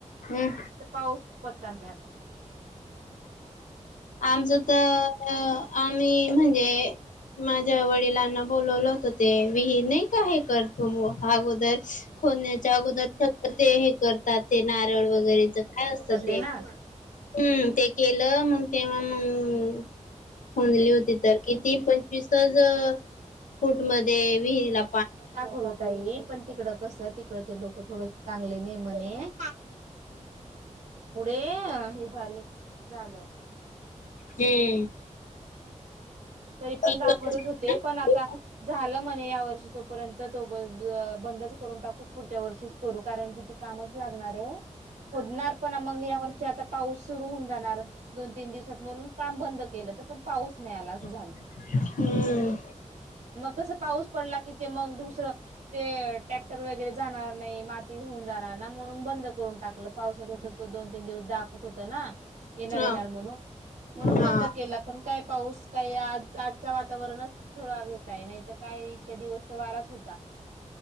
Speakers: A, on the left; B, on the right.
A: हम्म
B: त पाऊस पत्ता नाही आता.
A: आमचं तर- आम्ही -म्हणजे माझ्या वडिलांना बोलवलं होत ते- विहिर नाही का हे करतो अगोदर खोदण्याच्या अगोदर ते हे करतात. ते नारळ वगैरेच. काय
B: दाखवतात
A: असतं ते?
B: ना.
A: हम्म ते- केलं मग तेव्हा मग खंणली होती तर किती पंच ईस्ताज फूटमध्ये विहिरला-
B: पण दाखवत आहे नी पण तिकडं कसं तिकडचे लोक थोडे चांगले नाही म्हणे. पुढे -हे झा झालं.
A: हम्म.
B: तरी पण
A: हम्म
B: दाखवतच होते. पण आता झालं म्हणे या वर्षी. तोपर्यंत तो वय ब - यंदाचं करून टाकू. पुढच्या वर्षीच करू, कारण की त कामच लागणार आहे, होणार पण मग या वर्षात- आता पाऊस सुरु होऊन जाणार दोन तीन दिवसात. म्हणून काम बंद केलं तर तिथून पाऊस नाही आला. झालं
A: हम्म.
B: <inaudible> मग कसं पाऊस पडला की ते मग धुसरं, ते टॅक्टर वगैरे जाणार नाही. माती होऊन जाणार ना, म्हणून बंद करून टाकलं पावसाचत दोन तीन दिवस दाखवत होत ना? येणार
A: ह
B: येणार म्हणून, म्हणून बंद
A: हा
B: केला पण काय पाऊस- काही आज आजचा वातावरणच थोडा वेगळा आहे. नाही तर काय इतक्या दिवस तर वाराच होता. <inaudible> <unintelligible>